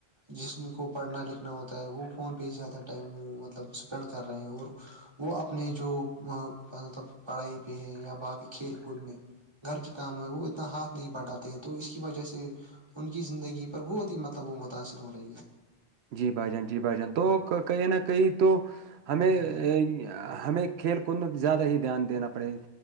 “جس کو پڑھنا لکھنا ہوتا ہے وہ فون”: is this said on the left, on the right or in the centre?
Right